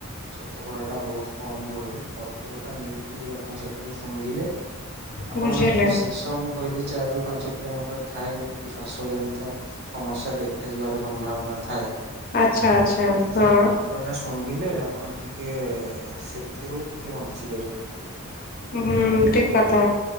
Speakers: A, on the right; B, on the left.
A: ଶତକଡା ଟା ବହୁତ କମ୍ ରୁହେ। କର୍ପୁର ଟା ନେଇକି ଆପଣ ସେଟାକୁ ଶୁଙ୍ଘିଲେ। ଆପଣ
B: ବୁଝିଲେ
A: ଏ ଯୋଉ ଶେଷ ମୁଁ କହିଲି ଚାରି ରୁ ପାଞ୍ଚ କିଲୋମିଟର ଥାଏ ଟିକେ ଶ୍ୱାସ - ଜନ ସମସ୍ୟା ଦେଖାଯିବାର ସମ୍ଭାବନା। ଥାଏ
B: ଆଚ୍ଛା ଆଚ୍ଛା
A: ତ
B: ହଁ
A: ସେ କର୍ପୁର ଟା ଶୁଙ୍ଘିଲେ ଆପଣ। ଟିକେ ସେଥିରୁ ଟିକେ ବଞ୍ଚି ପାରିବେ।
B: ହୁଁ ଠିକ କଥା।